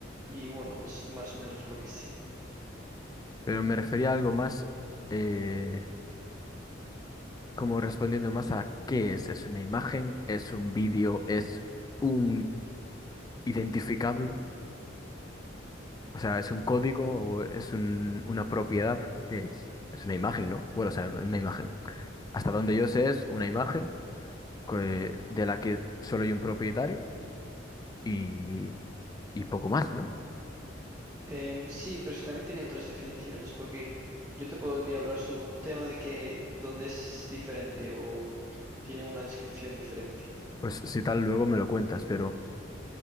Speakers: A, on the right; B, on the left.
A: y, bueno, es más o menos lo que sé.
B: Pero me refería a algo más, eh, como respondiendo más a qué es. ¿Es una imagen? ¿Es un vídeo? ¿Es un identificable? O sea, ¿es un código o es un- una propiedad? ¿Qué es? Es una imagen, ¿no? Bueno, o sea, una imagen. Hasta donde yo sé es una imagen que- de la que solo hay un propietario y, y poco más, ¿no?
A: Em, sí, pero es que también tiene otras definiciones, porque yo te podría hablar sobre un tema de que donde es diferente o tiene una descripción diferente.
B: Pues si tal, luego me lo cuentas, pero